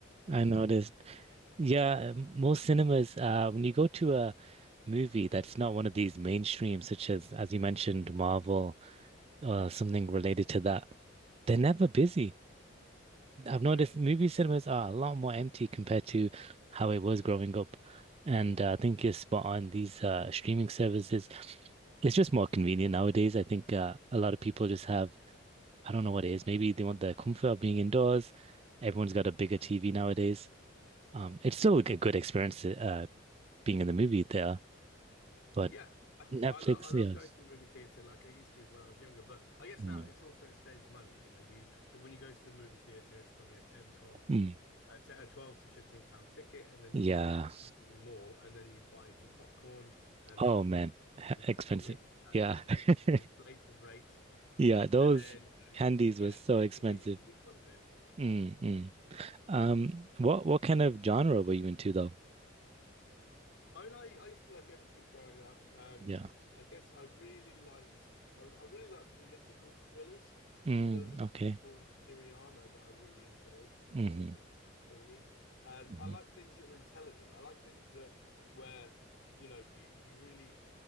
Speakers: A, on the right; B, on the left.
A: I
B: services.
A: noticed. Yeah, um, most cinemas, uh, when you go to a movie that's not one of these mainstream, such as, as you mentioned, Marvel or something related to that, they're never busy. I've noticed
B: No.
A: movie cinemas are a lot more empty compared to how it was growing up. And uh, I think you're spot on. These uh, streaming services, it's just more convenient nowadays. I think uh, a lot of people just have, I don't know what it is. Maybe they want the comfort of being indoors. Everyone's got a bigger TV nowadays. Um, it's still a good good experience, to uh, being in the movie there. But
B: Yeah, I,
A: Netflix,
B: I love I love
A: yeah.
B: going to the movie theater like I used to when I was younger, but I guess
A: Mm.
B: now it's also it saves money. You know, you the- when you go to the movie theater, it's probably a ten, twelve,
A: Mm.
B: a 10 a 12 to 15 pound ticket, and then
A: Yeah.
B: you pay more, and then you buy some popcorn and
A: Oh
B: some
A: man, H-
B: you pick
A: expensive.
B: and mix at
A: Yeah. <laughs>
B: inflated rate,
A: Yeah, those
B: and then you
A: candies
B: know, yeah,
A: were so
B: it
A: expensive.
B: can be it can be quite a bit.
A: Mm, mm. Um, what what kind of genre were you into though?
B: I mean, I, I used to like everything growing up. Um,
A: Yeah.
B: I guess I really liked I, I really liked political thrillers.
A: Mm,
B: I mean, there was a movie
A: okay.
B: called Syriana that I really enjoyed. Uh,
A: hmm
B: I was with George Clooney. Um,
A: hmm
B: I like things that were intelligent. I like things that where you know you you really